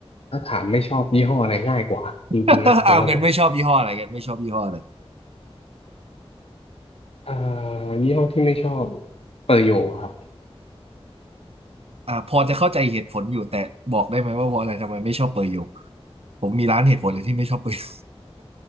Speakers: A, on the left; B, on the right.
A: ถ้าถามไม่ชอบยี่ห้ออะไรง่ายกว่าจริงๆนะสำหรับผม
B: <laughs> เอาเงินไม่ชอบยี่ห้ออะไรกันไม่ชอบยี่ห้ออะไร
A: อ่า ยี่ห้อที่ไม่ชอบเปอร์โยครับ
B: อ่าพอจะเข้าใจเหตุผลอยู่แต่บอกได้ไหมว่าเพราะอะไรทำไมไม่ชอบเปอร์โยผมมีร้านเหตุผลเลยที่ไม่ชอบเปอร์โย